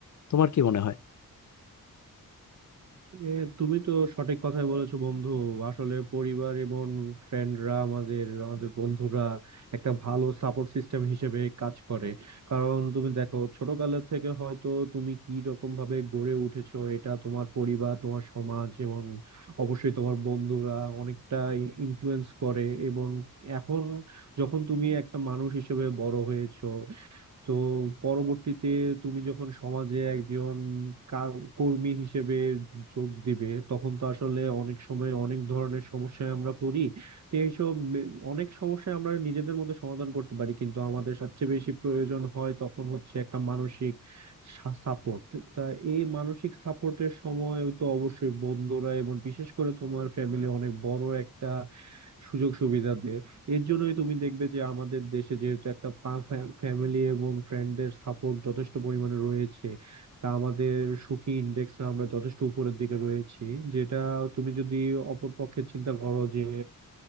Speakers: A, on the left; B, on the right.
A: তোমার কি মনে হয়
B: এ, তুমি তো সঠিক কথাই বলেছো বন্ধু আসলে পরিবার এবং ফ্রেন্ডরা আমাদের আমাদের বন্ধুরা একটা ভালো সাপোর্ট সিস্টেম হিসেবে কাজ করে কারণ তুমি দেখো ছোটকালের থেকে হয়তো তুমি কি রকম ভাবে গড়ে উঠেছো এটা তোমার পরিবার তোমার সমাজ এবং অবশ্যই তোমার বন্ধুরা অনেকটা ইনফ্লুয়েন্স করে এবং এখন যখন তুমি একটা মানুষ হিসেবে বড় হয়েছো তো পরবর্তীতে তুমি যখন সমাজে একজন কা- কর্মী হিসেবে যোগ দিবে তখন তো আসলে অনেক সময় অনেক ধরনের সমস্যায় আমরা পড়ি তো এইসব মে- অনেক সমস্যায় আমরা নিজেদের মধ্যে সমাধান করতে পারি কিন্তু আমাদের সবচেয়ে বেশি প্রয়োজন হয় তখন হচ্ছে একটা মানসিক সাপোর্ট তা এই মানসিক সাপোর্টের সময় তো অবশ্যই বন্ধুরা এবং বিশেষ করে তোমার ফ্যামিলি অনেক বড় একটা সুযোগ সুবিধা দেয় এর জন্যই তুমি দেখবে যে আমাদের দেশে যেহেতু একটা ফ্যামিলি এবং ফ্রেন্ডদের সাপোর্ট যথেষ্ট পরিমাণে রয়েছে তা আমাদের সুখী ইন্ডেক্স আমরা যথেষ্ট উপরের দিকে রয়েছি যেটা তুমি যদি অপর পক্ষে চিন্তা করো যে